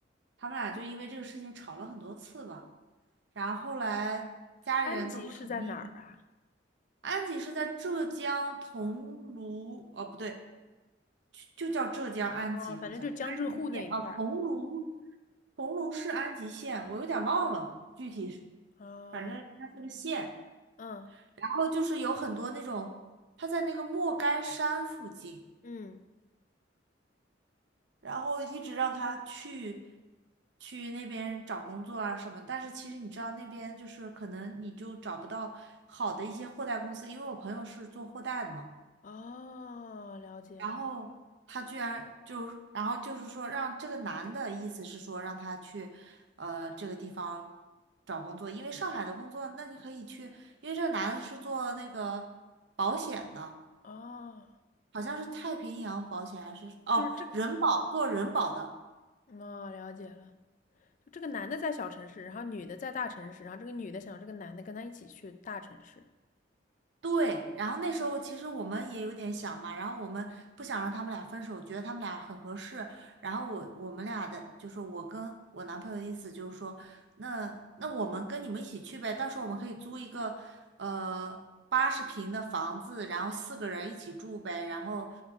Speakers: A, on the right; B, on the left.
A: 他们俩就因为这个事情吵了很多次吧。然后后来家里人都不同意。
B: 安吉是在哪儿啊？
A: 安吉是在浙江桐庐，哦不对，就就叫浙江安吉，
B: 哦，
A: 好像安吉县啊，
B: 反正就江浙沪那一块儿。
A: 桐庐，桐庐市安吉县，我有点忘了具体是，
B: 啊，
A: 反正它是个县。
B: 嗯
A: 然后就是有很多那种，它在那个莫干山附近。
B: 嗯，
A: 然后一直让他去去那边找工作啊什么，但是其实你知道那边就是可能你就找不到好的一些货代公司，因为我朋友是做货代的嘛，
B: 哦，了解了。
A: 然后他居然就是然后就是说让这个男的意思是说让他去呃这个地方找工作，因为上海的工作，那你可以去，因为这个男的是做那个保险的，
B: 哦，
A: 好像是太平洋保险还是哦人保做人保的。
B: 就是这个，哦，了解了。就这个男的在小城市，然后女的在大城市，然后这个女的想让这个男的跟她一起去大城市。
A: 对，然后那时候其实我们也有点想嘛，然后我们不想让他们俩分手，觉得他们俩很合适。然后我我们俩的就是我跟我男朋友的意思就是说，那那我们跟你们一起去呗，到时候我们可以租一个呃八十平的房子，然后四个人一起住呗，然后